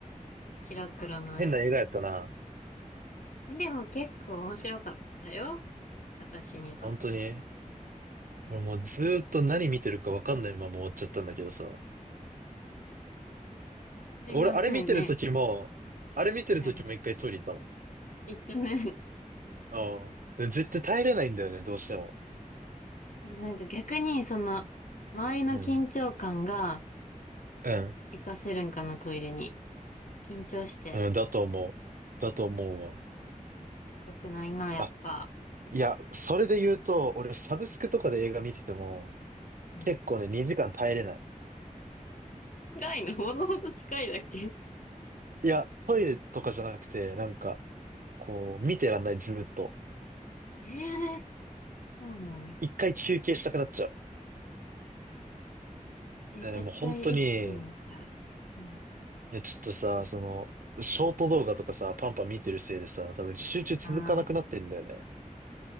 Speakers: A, on the left; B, on the right.
A: 白黒の映画。
B: 変な映画やったな。
A: えでも結構面白かったよ。私にとっては。
B: 本当に。
A: うん。
B: 俺もうずーっと何見てるかわかんないまま終わっちゃったんだけどさ。
A: すいませんね。
B: 俺、あれ見てる時も、あれ見てる時も一回トイレ行っ
A: はい。えっとね、
B: たもん。うん。で絶対耐えれないんだよね、どうしても。
A: え、なんか逆に、その、周りの緊張感が
B: うん。うん。
A: 活かせるんかな、トイレに。緊張して
B: うん、だと思う。だと思うわ。
A: 良くないな、やっぱ。
B: あ、いや、それで言うと、俺サブスクとかで映画見てても、
A: うん。
B: 結構ね、2時間耐えれない。
A: 近いのほどほど近いだっけ
B: いや、トイレとかじゃなくて、なんか、こう、見てらんない、ずっと。
A: ええそうなの。
B: 一回休憩したくなっちゃう。
A: え、
B: だからねもう本当に、
A: 絶対一気に見ちゃう。
B: い
A: うん。
B: や、ちょっとさ、その、ショート動画とかさ、パンパン見てるせいでさ、多分集中続かなくなってんだよね。
A: ああ、